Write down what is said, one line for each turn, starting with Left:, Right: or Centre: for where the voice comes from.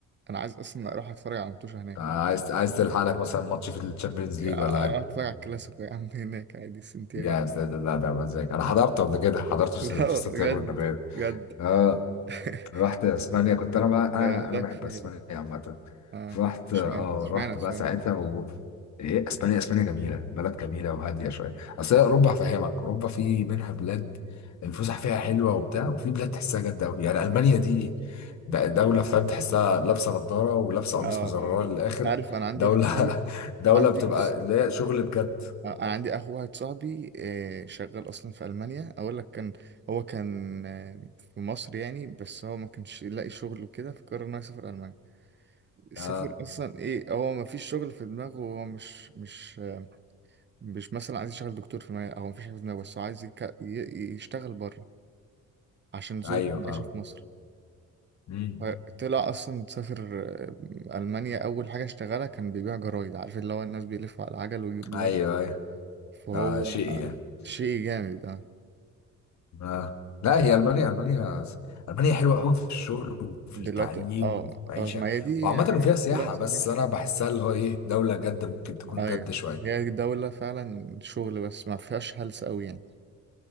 Right: انا عايز اصلا اروح اتفرج على متوشة هناك
Left: عايز
Right: يعني
Left: عايز تلحق لك مثلا ماتش في الشامبيونز
Right: يعني
Left: ليج ولا حاجة
Right: اروح اتفرج على الكلاسيكو يا عم هناك عادي سنتياجو
Left: يا ساتر لا ده مزاج انا حضرته قبل كده حضرته
Right: <laughs>
Left: في
Right: لا
Left: في سانتياغو
Right: بجد
Left: النابيو
Right: بجد <laughs>
Left: اه رحت اسبانيا كنت انا بقى انا
Right: لا لوحدها
Left: انا بحب
Right: كفايه
Left: اسبانيا
Right: دي
Left: عامه
Right: اه
Left: رحت
Right: اشمعنى
Left: اه
Right: اشمعنى
Left: رحت
Right: السؤال
Left: بقى ساعتها
Right: يعني
Left: و إيه، اسبانيا اسبانيا جميله بلد جميله وهاديه شويه اصل هي اوروبا هفهمك اوروبا في منها بلاد الفسح فيها حلوه وبتاع وفي بلاد تحسها جد قوي يعني المانيا دي د- دوله فاهم تحسها لابسه نضاره ولابسه قميص
Right: اه اه
Left: مزرره
Right: آه.
Left: للاخر
Right: انت عارف انا عندي
Left: دوله
Right: واحد صاحبي
Left: <laughs> دوله
Right: عندي
Left: بتبقى
Right: بس
Left: اللي هي شغل بجد
Right: آه، انا عندي اخو واحد صاحبي آه، شغال اصلا في المانيا اقول لك كان هو كان آه، في مصر يعني بس هو ما كانش يلاقي شغل وكده فقرر انه يسافر المانيا سافر
Left: اه
Right: اصلا ايه هو ما فيش شغل في دماغه هو مش مش مش مثلا عايز يشتغل دكتور في دماغه او مفيش حاجه في دماغه بس هو عايز يك... ي- يشتغل بره عشان ظروف
Left: ايوه
Right: المعيشه
Left: فاهم
Right: في مصر
Left: مم.
Right: فطلع اصلا سافر آه، المانيا اول حاجه اشتغلها كان بيبيع جرايد عارف اللي هو الناس بيلفوا على العجل ويجيبوا
Left: ايوه
Right: جرايد
Left: ايوه
Right: فهو
Left: ده شيء
Right: آه،
Left: يعني
Right: شيء جامد اه
Left: ما لا هي المانيا المانيا المانيا حلوه قوي في الشغل وفي
Right: دلوقتي
Left: التعليم
Right: اه
Left: وفي المعيشه
Right: اه ما هي دي
Left: وعامه
Right: هي
Left: وفيها
Right: الناس
Left: سياحه
Right: كلها بتعمل
Left: بس انا
Right: كده.
Left: بحسها اللي هو ايه دوله جد ممكن تكون
Right: ايوه
Left: جد شويه
Right: هي دولة فعلا شغل بس ما فيهاش هلس قوي يعني